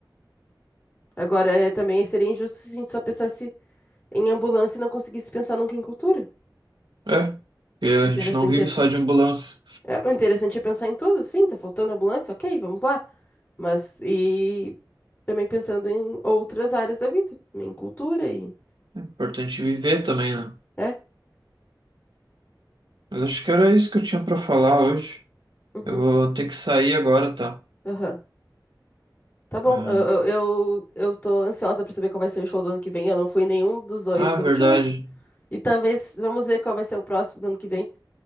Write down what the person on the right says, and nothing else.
É, e a
gente não vive
só de ambulância.
É importante viver também, né?
Mas acho que era isso que eu tinha pra falar hoje.
Eu vou ter que sair agora, tá?
É.
Ah, verdade.